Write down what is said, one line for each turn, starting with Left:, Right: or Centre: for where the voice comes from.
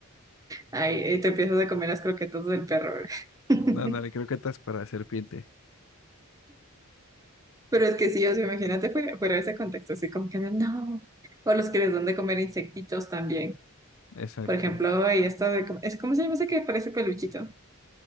Right: Ay, te empiezas a comer las croquetas del perro.
Left: <laughs>
Right: <laughs>
Left: Ándale, creo que estás para serpiente.
Right: Pero es que sí, o sea, imagínate fuera, fuera de ese contexto, así como que no. O los que les dan de comer insectitos también.
Left: Exacto.
Right: Por ejemplo, ahí está de, com- es ¿cómo se llama ese que parece peluchito?